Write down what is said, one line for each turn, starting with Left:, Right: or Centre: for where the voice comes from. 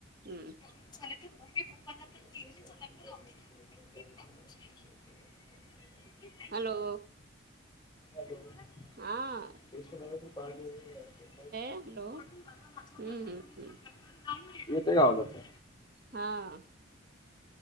Right: हम्म.
Left: <inaudible> तर मम्मी पप्पांना. <unintelligible> <unintelligible>
Right: हॅलो.
Left: <unintelligible>
Right: हां.
Left: <unintelligible> पाणी वगैरे असतं.
Right: हॅलो
Left: <unintelligible>
Right: हम्म हम्म हम्म
Left: येते का आवाज आता?
Right: हा.